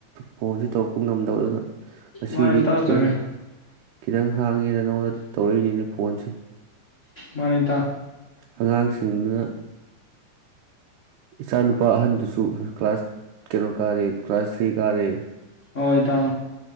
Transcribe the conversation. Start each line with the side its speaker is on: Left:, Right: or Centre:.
Right: ꯐꯣꯟꯖꯦ ꯇꯧꯔꯛꯄ ꯉꯝꯗꯕ ꯑꯗꯨꯅ ꯉꯁꯤꯗꯤ
Left: ꯃꯥꯅꯤ ꯏꯇꯥꯎ
Right: ꯈꯤꯌꯡ
Left: ꯆꯨꯝꯃꯤ
Right: ꯈꯤꯇꯪ ꯍꯥꯡꯉꯦꯗ ꯅꯉꯣꯟꯗ ꯇꯧꯔꯛꯏꯅꯤꯅꯦ ꯐꯣꯟꯁꯦ
Left: ꯃꯥꯅꯤ ꯏꯇꯥꯎ
Right: ꯑꯉꯥꯡꯁꯤꯡꯗꯨꯅ ꯏꯆꯥ ꯅꯨꯨꯄꯥ ꯑꯍꯟꯗꯨꯁꯨ ꯀ꯭ꯂꯥꯁ ꯀꯩꯅꯣ ꯀꯥꯔꯦ ꯀ꯭ꯂꯥꯁ ꯊ꯭ꯔꯤ ꯀꯥꯔꯦ
Left: ꯍꯣꯏ ꯏꯇꯧ